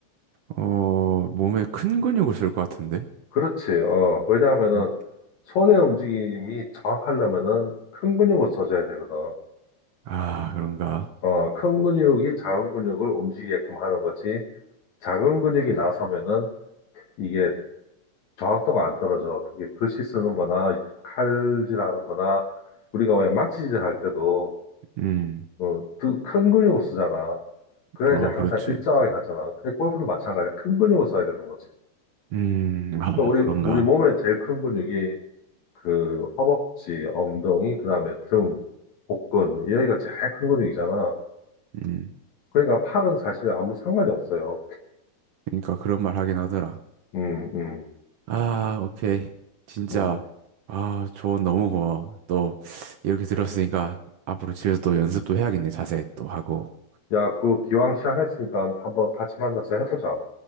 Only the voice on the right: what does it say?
어, 몸에 큰 근육을 쓸 것 같은데?
음.
아, 그런가?
음,
아,
그렇지.
음, 아,
그런가?
음.
그러니까 그런 말 하긴 하더라.
아, 오케이. 진짜.
아, 조언 너무 고마워. 또, 이렇게 들었으니까, 앞으로 집에서 또 연습도 해야겠네. 자세 또 하고.